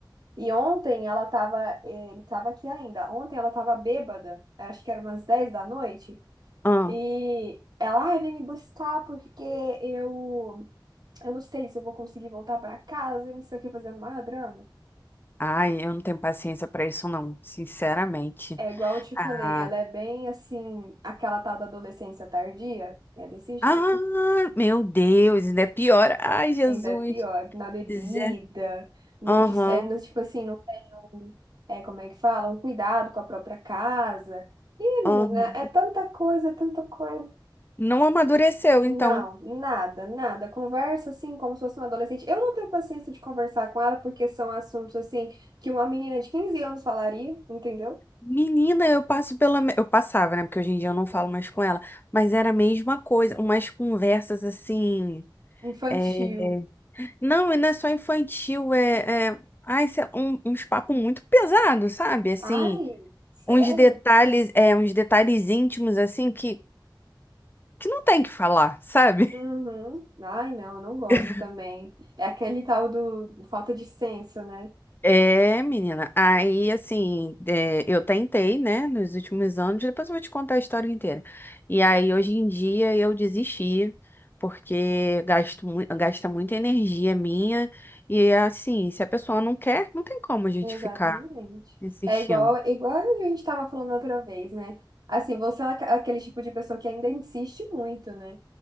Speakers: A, on the right (about 55°); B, on the left (about 25°).
A: E ontem ela tava, ele tava aqui ainda. Ontem ela tava bêbada, acho que era umas 10 da noite,
B: Ah.
A: e ela, ai, vem me buscar porque eu, eu não sei se eu vou conseguir voltar pra casa, e não sei o que, fazendo maior drama.
B: Ai, eu não tenho paciência pra isso, não. Sinceramente.
A: É igual eu te
B: Ah.
A: falei, ela é bem assim, aquela tal da adolescência tardia, é desse jeito.
B: Ah, meu Deus, ainda é pior. Ai, Jesus.
A: Ainda é pior, na bebida,
B: Zé.
A: no,
B: Aham,
A: des- é, no, tipo assim, não tem, é, como é que fala? Um cuidado com a própria casa. Ih,
B: aham.
A: menina, é tanta coisa, é tanta coisa.
B: Não amadureceu,
A: Não,
B: então.
A: nada, nada. Conversa assim como se fosse uma adolescente. Eu não tenho paciência de conversar com ela porque são assuntos assim que uma menina de quinze anos falaria, entendeu?
B: Menina, eu passo pela. me- Eu passava, né? Porque hoje em dia eu não falo mais com ela. Mas era a mesma coisa. Umas conversas assim.
A: Infantil.
B: é, Não, e não é só infantil, é, é... Ai, sei lá, um- uns papos muito pesados, sabe? Assim,
A: Ai, sério?
B: uns detalhes, é, uns detalhes íntimos, assim, que, que não tem que falar, sabe?
A: Uhum. Ai, não, eu não gosto
B: <laughs>
A: também. É aquele tal do falta de senso, né?
B: É, menina, aí assim, é, eu tentei, né, nos últimos anos, depois eu vou te contar a história inteira. E aí, hoje em dia, eu desisti, porque gasto, mui- gasta muita energia minha, e assim, se a pessoa não quer, não tem como a gente
A: Exatamente.
B: ficar insistindo.
A: É igual, igual a gente estava falando outra vez, né? Assim, você é aque- aquele tipo de pessoa que ainda insiste muito, né?